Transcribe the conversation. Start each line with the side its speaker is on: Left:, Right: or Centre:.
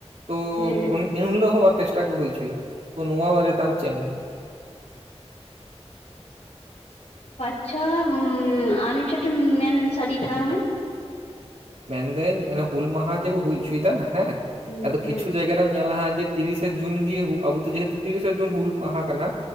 Right: ᱛᱚ
Left: ᱦᱮᱸ ᱦᱮᱸ
Right: ᱩᱱᱦᱤᱞᱳᱜ ᱦᱚᱸ ᱚᱨᱠᱮᱥᱴᱨᱟ ᱠᱚ ᱦᱩᱭ ᱦᱚᱪᱚᱭᱟ ᱛᱚ ᱱᱚᱣᱟ ᱵᱟᱨᱮᱛᱮ ᱟᱢ ᱪᱮᱫ ᱮᱢ ᱢᱮᱱᱫᱟ?
Left: ᱟᱪᱪᱷᱟ ᱩᱸᱻ ᱟᱨ ᱪᱷᱚᱴᱮᱱ ᱢᱮᱱ ᱥᱟᱰᱤᱭ ᱛᱟᱞᱟᱝ ᱢᱮ
Right: ᱢᱮᱱᱫᱟᱹᱧ ᱚᱱᱮ ᱦᱩᱞ ᱢᱟᱦᱟ ᱡᱮᱠᱚ ᱦᱩᱭ ᱦᱚᱪᱚᱭᱮᱫᱟ, ᱦᱮᱸ
Left: ᱦᱩᱸ
Right: ᱟᱫᱚ
Left: ᱦᱮᱸ
Right: ᱠᱤᱪᱷᱩ ᱡᱟᱭᱜᱟ ᱮᱢ ᱧᱮᱞᱟ ᱦᱟᱸᱜ ᱡᱮ ᱛᱤᱨᱤᱥᱮ ᱡᱩᱱ ᱜᱮ ᱟᱵᱚ ᱫᱚ ᱡᱮᱦᱮᱛᱩ ᱛᱤᱨᱤᱥᱮ ᱡᱩᱱ ᱦᱩᱞ ᱢᱟᱦᱟ ᱠᱟᱱᱟ᱾